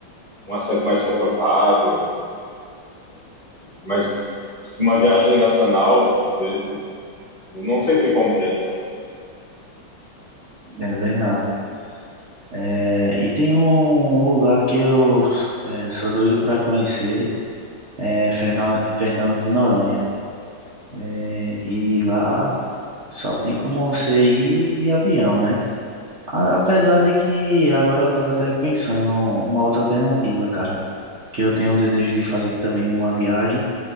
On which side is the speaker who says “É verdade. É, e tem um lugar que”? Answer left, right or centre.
Right